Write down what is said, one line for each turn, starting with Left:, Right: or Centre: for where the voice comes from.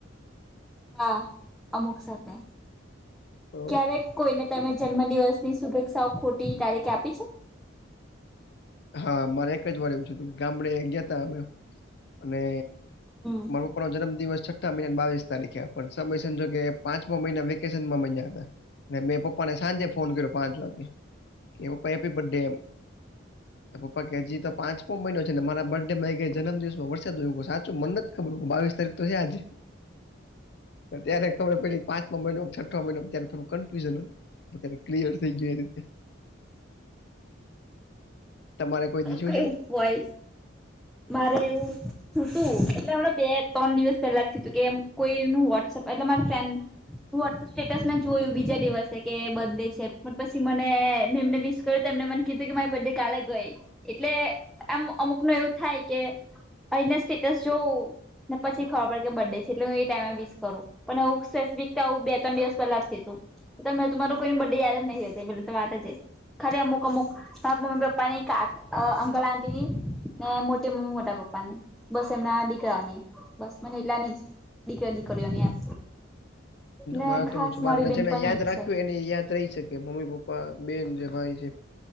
Centre: હા, અમુક સાથે
Left: તો
Centre: ક્યારેક કોઈને તમે જન્મદિવસની શુભેચ્ક્ષાઓ ખોટી તારીખે આપી છે?
Left: હા મારે એક જ વાર એવું થયું હતું ગામડે ગયા તા અમે અને
Centre: હમ.
Left: મારો પપ્પાનો જન્મદિવસ છઠ્ઠ મા મહિનાની બાવીસ તારીખે પણ સમય સંજોગે કે પાંચમા મહિના મ વેકેશન માં મજા હતાં. ને મેં પપ્પાને સાંજે ફોન કર્યો પાંચ વાગે કે પપ્પા હેપી બર્ડે એમ. તા પપ્પા કે હજી તો પાંચમો મહિનો મારા બર્થ ડે મને કે ગયા જન્મદિવસ વરસાદ આયવો પણ સાચું મન નથ જ ખબર બાવીસ તારીખ તો હે આજે ત્યારે ખબર પયડી કે પાંચ છ મહિનો છઠ્ઠ મહિનોમાં ત્યારે થોડું કન્ફ્યુઝન હતુંત્યારે ક્લિયર થઈ ગું એ રીતે. તમારે કોઈ દીધું
Centre: કઈ
Left: છે એવું
Centre: હોય? મારે એવું શું તું એટલે હમણાં બે ત્રણ દિવસ પહેલા જ થ તું કે એમ. કોઈ નું વોટ્પ એટલે મારી ફ્રેડ સ્ટેટસ મેં જોયું બીજા દિવસે કે બર્ ડે છે પણ પછી મને મેં એમને વિસ કર્યું એને મને કીધું કે મારી બડે કાલે ગઈ એટલે આમ અમુક ન એવું થાય કે અને સ્ટેટસ જોવ ને પછી ખબર પડે કે બર્ ડે છે એટલે હું એ ટાઈમે વિસ કરું. પણ એવુ સ્પેસિફિક આવ બે ત્રણ દિવસ પેલા જ થીધું. મેં તમારું કોઈને બડે યાદ જ નહીં હતી પલે તો વાત જ એ ખાલી અમુક અમુક મમ્મી પપ્પાની કા અંકલ આંટી ની ને મોટી મમ્મી મોટા પપ્પા ની. બસ એમના દીકરાઓ નહી બસ મને એટલા નઈ દીકરા દીકરીઓ ની એમ. ને
Left: મારે તોવું
Centre: ખાસ
Left: છે મારેને
Centre: મારી બેન
Left: જેને
Centre: પણ
Left: યાદ
Centre: એક
Left: રાખ્યું
Centre: છે
Left: એને યાદ રહી શકે મમ્મી પપ્પા બેન જે ભાઈ છે